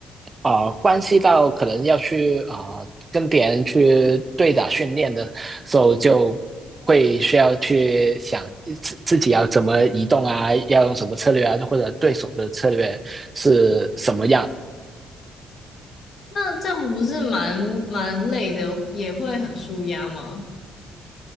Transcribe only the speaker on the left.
那这样不是蛮蛮累的，也会很舒压吗？